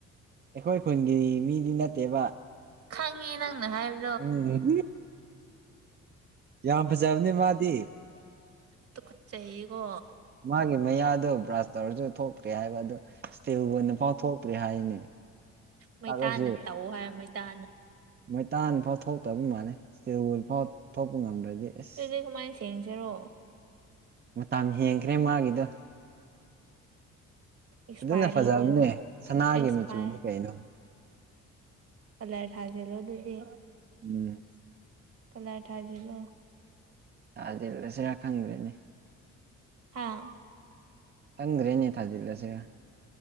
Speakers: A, on the right; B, on the right.
A: ꯑꯩꯈꯣꯏ ꯈꯨꯟꯒꯤ ꯃꯤꯗꯤ ꯅꯠꯇꯦꯕ
B: ꯈꯪꯉꯦ ꯅꯪꯅ ꯍꯥꯏꯕ
A: ꯎꯝ ꯌꯥꯝ ꯐꯖꯕꯅꯤ ꯃꯥꯗꯤ
B: ꯇꯨꯀꯨꯠꯆꯩꯑꯀꯣ
A: ꯃꯥꯒꯤ ꯃꯌꯥꯗꯣ ꯕ꯭ꯔꯁ ꯇꯧꯔꯁꯨ ꯊꯣꯛꯇ꯭ꯔꯦ ꯍꯥꯏꯕ ꯑꯗꯣ ꯏꯁꯇꯤꯕꯣꯏ <unintelligible> ꯅꯄꯥ ꯊꯣꯛꯇ꯭ꯔꯦ ꯍꯥꯏꯅꯤ
B: ꯃꯩꯇꯥꯅ
A: ꯇꯒꯁꯨ
B: ꯍꯥꯏ <unintelligible> ꯇꯥꯟ
A: ꯃꯩꯇꯥꯟ ꯐꯥꯎ ꯊꯣꯛꯇꯕ ꯃꯥꯜꯂꯦ ꯏꯁꯇꯤꯜ ꯋꯨꯜ ꯐꯥꯎ ꯊꯣꯛꯄ ꯉꯝꯗ꯭ꯔꯗꯤ ꯑꯁ
B: ꯑꯗꯨꯗꯤ ꯀꯃꯥꯏ ꯁꯦꯡꯖꯦꯔꯣ
A: ꯃꯇꯝ ꯍꯦꯟꯈ꯭ꯔꯦ ꯃꯥꯒꯤꯗꯣ
B: ꯑꯦꯛꯁꯄꯥꯏꯔꯤ
A: ꯑꯗꯨꯅ ꯐꯖꯕꯅꯦ
B: ꯑꯣꯏ
A: ꯁꯅꯥꯒꯤ
B: ꯑꯦꯄꯔ
A: ꯃꯆꯨꯅꯤ ꯀꯩꯅꯣ
B: ꯀꯂꯔ ꯊꯥꯖꯤꯜꯂꯣ ꯑꯗꯨꯗꯤ
A: ꯎꯝ
B: ꯀꯂꯔ ꯊꯖꯤꯂꯣ
A: ꯇꯥꯖꯤꯜꯂꯁꯤꯔ ꯈꯪꯗ꯭ꯔꯦꯅꯦ
B: ꯍꯥꯥ
A: ꯈꯪꯗ꯭ꯔꯦꯅꯦ ꯊꯥꯖꯤꯜꯂꯁꯤꯔꯥ